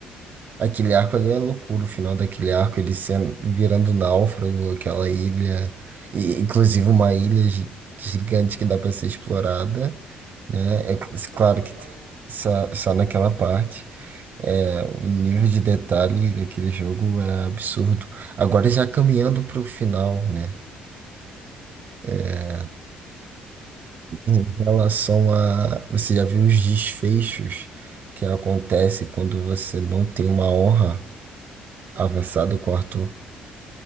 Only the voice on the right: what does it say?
Aquele arco
ali é loucura, o final daquele arco, ele sendo, virando náufrago, aquela ilha, e, inclusive uma ilha gi- gigante que dá para ser explorada, né? É cl-
claro
que
tem- só, só naquela parte. É, o nível de detalhe daquele jogo é absurdo. Agora já caminhando para o final, né? É, Em relação a, você já viu os desfechos que acontece quando você não tem uma honra avançada com o Arthur?